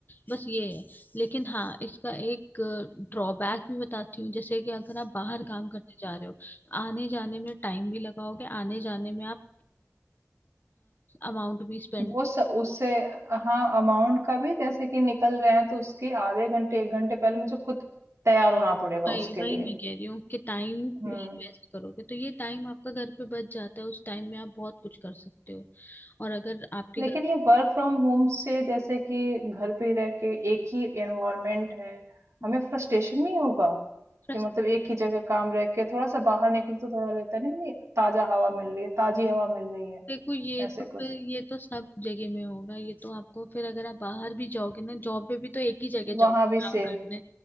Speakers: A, on the left; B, on the right.
A: बस ये है लेकिन हाँ इसका एक ड्रॉबैक भी बताती हूँ जैसे कि अगर आप बाहर काम करने जा रहे हो तो आने जाने में टाइम भी लगाओगे आने जाने में आप अमाउंट भी स्पेंड
B: वो स, उससे हाँ अमाउंट का भी जैसे कि निकल रहे हैं तो उसकी आधे घंटे एक घंटे पहले मुझे खुद तैयार होना पड़ेगा
A: वही
B: उसके
A: वही
B: लिए
A: मैं कह रही हूँ कि टाइम
B: हम्म
A: भी इन्वेस्ट करोगे तो ये टाइम आपका घर पे बच जाता है उस टाइम में आप बहुत कुछ कर सकते हो और अगर आपके
B: लेकिन
A: घर
B: ये वर्क फ्रॉम होम से जैसे कि घर पे ही रह के एक ही एनवायरनमेंट है
A: हम्म,
B: हमें फ्रस्ट्रेशन नहीं होगा
A: बस
B: कि मतलब एक ही जगह काम रह के थोड़ा सा बाहर निकलो तो थोड़ा लगता है नहीं नहीं ताजा हवा मिल रही है ताजी हवा मिल रही है
A: देखो ये
B: ऐसे
A: तो फिर
B: कुछ
A: ये तो सब जगह में होगा ये तो आपको फिर अगर आप बाहर भी जाओगे ना जॉब पे भी तो एक ही जगह जाओगे
B: वहां भी
A: काम
B: सेम
A: करने